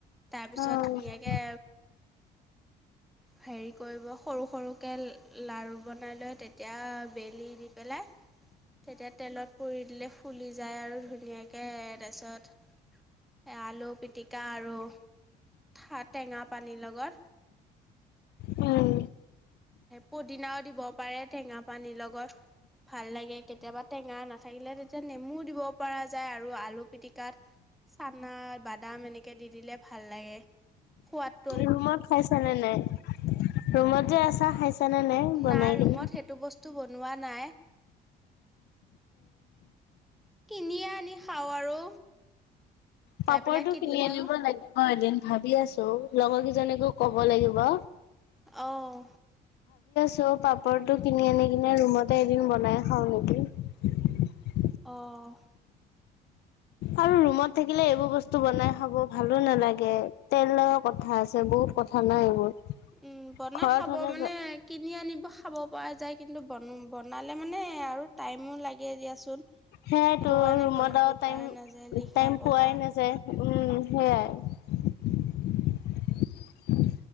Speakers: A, in the centre; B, on the left.
A: তাৰ পিছত
B: অ',
A: ধুনীয়া কে হেৰী কৰিব সৰু। সৰুকৈ লাৰু বনাই লৈ তেতিয়া বেলি দি পেলাই। তেতিয়া তেলত পুই দিলে ফুলি যায় আৰু ধুনীয়াকে। তাৰপিছত আলু পিটিকা আৰু। থা টেঙা পানীৰ লগত।
B: উম।
A: পুদিনাও দিব পাৰে টেঙা পানীৰ লগত। ভাল লাগে, কেতিয়াবা টেঙা নাথাকিলে তেতিয়া নেমু দিব পৰা যায় আৰু আলু পিটিকাত। চানা বাদাম এনেকে দি দিলে ভাল লাগে সোৱাদ।
B: ৰুমত খাইছ নে নাই, ৰুমত যে আছা। খাইছানে বনাই
A: নাই ৰুমত
B: কিনে?
A: সেটো বস্তু বনোৱা নাই। কিনিয়ে আনি খাওঁ আৰু।
B: পাপৰটো
A: যাই পেলাই কিনিলে
B: কিনি আনিব
A: আহো
B: লাগে। অ এদিন ভাবি আছোঁ লগৰ কেইজনীকো ক'ব লাগিব।
A: অহ
B: চ' পাপৰটো কিনি আনি কিনে ৰুমতে এদিন বনাই খাও নেকি?
A: অ'।
B: আৰু ৰুমত থাকিলে এইবোৰ বস্তু বনাই খাব ভালো নালাগে তেলৰ কথা আছে। বহুত কথা নাই এইবোৰ।
A: উম, বনাই
B: ঘৰত
A: খাব
B: হ'লে
A: মানে কিনি আনিব খাব পৰা যায় কিন্তু বনোৱা। বনালে মানে আৰু টাইমো লাগে দিয়াচোন।
B: সেইতো
A: সেইটো কাৰণে
B: ৰুমত
A: বনাব
B: আৰু টাইম
A: পৰা নাযায় লিখা
B: টাইম
A: পঢ়া
B: পোৱাই নাযায় উম। সেয়াই।